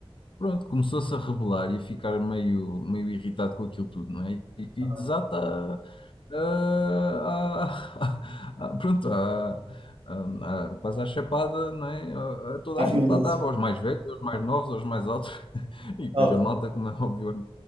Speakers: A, on the left (about 60°); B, on the right (about 70°).
A: Pronto, começou-se a rebelar e a ficar meio, meio irritado com aquilo tudo, não é? E, e
B: Aham.
A: desata ah, a- <laughs> a- pronto, a- a- a- quase à chapada, não é? A- a toda
B: Há
A: a
B: violência.
A: gente lá estava, aos mais velhos, aos mais novos, aos mais altos, <laughs> e depois
B: Ah, pá.
A: a malta, como é óbvio, olha,